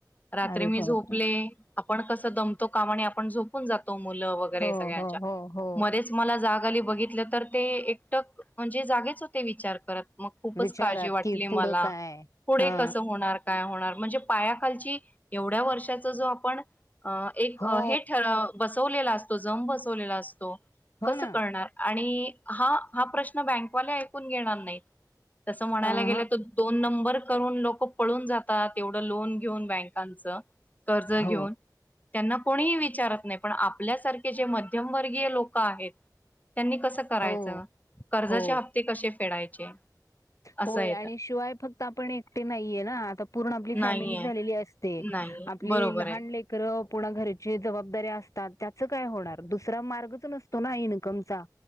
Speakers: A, on the left; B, on the left.
A: रात्री
B: अरे
A: मी
B: बापरे
A: झोपले आपण कसं दमतो काम आणि आपण झोपून जातो मुलं वगैरे
B: हो
A: सगळ्यांच्या
B: हो हो हो
A: मध्येच मला जाग आली बघित तर ते एकटक, म्हणजे जागेच होते विचार करत मग खूपच
B: विचारात
A: काळजी वाटली,
B: कि
A: मला
B: पुढं काय
A: पुढे
B: हा
A: कस होणार? काय होणार? म्हणजे पायाखालची एवढ्या वर्षाचा जो आपण अ एक
B: हो
A: हे ठर बसवलेला असतो जम बसवलेला असतो.
B: हो
A: कसं
B: ना
A: करणार? आणि हा हा प्रश्न बँकवाले ऐकून घेणार नाही तसं म्हणायला
B: अ
A: गेलं
B: ह
A: तर दोन नंबर करून लोकं पळून जातात तेवढं लोन घेऊन, बँकांचं कर्ज घेऊन
B: हो
A: त्यांना कोणीही विचारत नाही पण आपल्यासारखे जे मध्यमवर्गीय लोक आहेत. त्यांनी कसं करायचं?
B: हो
A: कर्जाचे
B: हो
A: हप्ते कशे फेडायचे. असं
B: होय
A: येतं.
B: आणि शिवाय फक्त आपण एकटे नाहीये, ना आता पूर्ण आपली
A: नाहीये
B: फॅमिली झालेली असते.
A: नाही
B: आपली
A: बरोबर
B: लहान
A: आहे.
B: लेक खर पुन्हा घराची जबाबदारी असतात. त्याच काय होणार, दुसरा मार्गच नसतो ना इन्कमचा